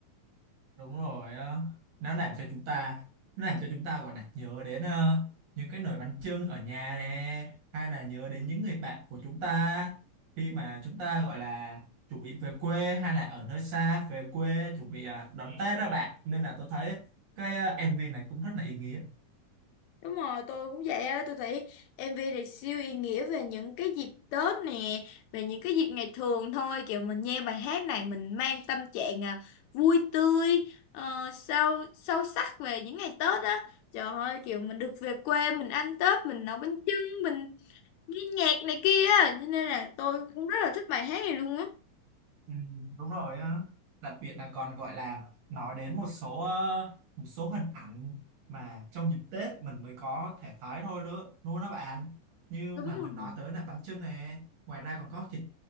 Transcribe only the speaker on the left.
Đúng rồi, tôi cũng vậy á, tôi thấy MV này siêu ý nghĩa về những cái dịp Tết nè, về những cái dịp ngày thường thôi, kiểu mình nghe bài hát này mình mang tâm trạng à, vui tươi, ờ, sâu sâu sắc về những ngày Tết á. Trời ơi, kiểu mình được về quê, mình ăn Tết, mình nấu bánh chưng, mình nghe nhạc này kia á, cho nên là tôi cũng rất là thích bài hát này luôn á.
Đúng
rồi.